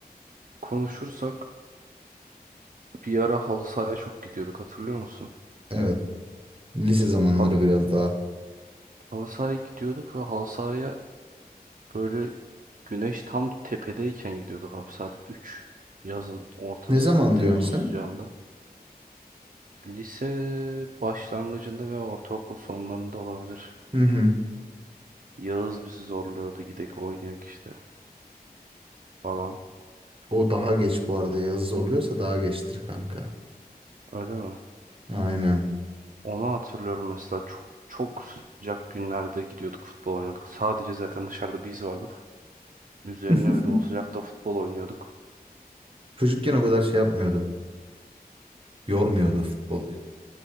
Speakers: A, on the right; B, on the right.
A: konuşursak bir ara halı sahaya çok gidiyorduk hatırlıyor musun?
B: Evet, lise zamanları
A: Hal
B: biraz daha.
A: halı sahaya gidiyorduk ve halı sahaya böyle güneş tam tepedeyken gidiyorduk abi saat üç yazın ortası
B: Ne zaman
A: Temmuz
B: diyorsun
A: sıcağında.
B: sen?
A: Lise başlangıcında ve ortaokul sonlarında olabilir.
B: Hı hı.
A: Yağız bizi zorluyordu gidek oynayak işte falan
B: O daha geç bu arada. Yazı zorluyorsa daha geçtir kanka.
A: öyle mi?
B: Aynen.
A: Onu hatırlıyorum mesela çok çok sıcak günlerde gidiyorduk futbol oynuyorduk. Sadece zaten dışarıda biz vardık. Üzerine
B: <laughs>
A: ve de o sıcakta futbol oynuyorduk.
B: Çocukken o kadar şey yapmıyordu. Yormuyordu futbolu.